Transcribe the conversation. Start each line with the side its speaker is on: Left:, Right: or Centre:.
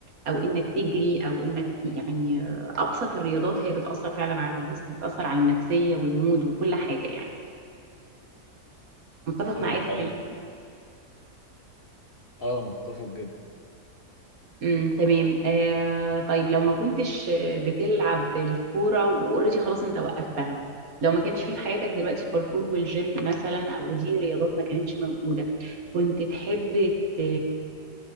Right: او انك تجري او انك يعني آه، ابسط الرياضات هي بتاثر فعلا على الجسم بتاثر على النفسيه والمود وكل حاجه يعني متفق
Left: ده
Right: معايا
Left: حقيقي
Right: في الكلام
Left: اه متفق جدا
Right: امم تمام آه طيب لو ما كنتش آه، بتلعب الكوره واوريدي خلاص انت وقفتها لو ما كانش فيه في حياتك دلوقتي الباركور والجيم مثلا او دي رياضات ما كانتش موجوده كنت تحب ت...